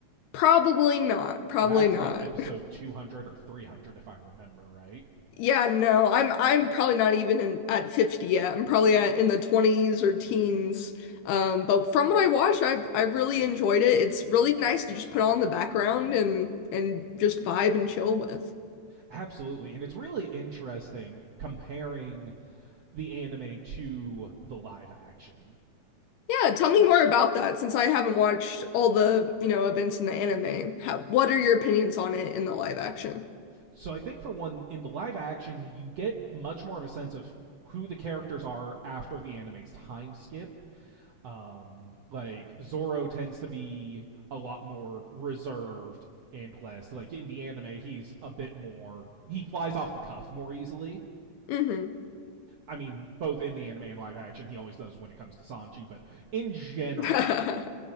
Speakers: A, on the left (about 75°); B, on the right (about 65°).
A: Probably not. Probably
B: That's
A: not.
B: like episode 200 or 300, if I remember right.
A: Yeah, no, I'm I'm probably not even in, at 50 yet. I'm probably at, in the 20s or teens. Um, but from what I watched, I've I've really enjoyed it. It's really nice to just put on the background and and just vibe and chill with.
B: Absolutely. And it's really interesting comparing the anime to the live action.
A: Yeah, tell me more about that since I haven't watched all the, you know, events in the anime. How, what are your opinions on it in the live action?
B: So I think, for one, in the live action, you get much more of a sense of who the characters are after the anime's time skip Um, like Zoro tends to be a lot more reserved and less like in the anime. He's a bit more. He flies off the cuff more easily.
A: hmm
B: I mean, both in the anime and live action, he always does when it comes to Sanji. But in general,
A: <laughs>